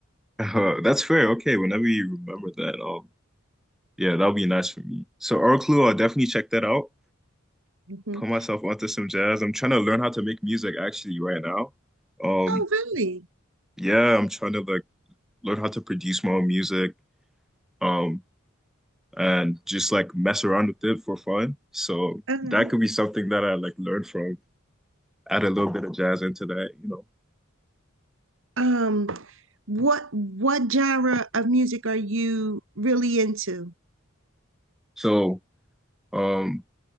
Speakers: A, in the centre; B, on the right.
A: <laughs> Uh, that's fair. Okay, whenever you remember that, um, yeah, that'll be nice for me. So Oraclue, I'll definitely check that out.
B: Mhm.
A: Put myself onto some jazz. I'm trying to learn how to make music actually right now. Um,
B: Oh, really?
A: yeah, I'm trying to like learn how to produce my own music, um, and just like mess around with it for fun. So
B: Uh-huh.
A: that could be something that I like learn from. Add a little bit of jazz into that, you know.
B: Um. What what genre of music are you really into?
A: So, um.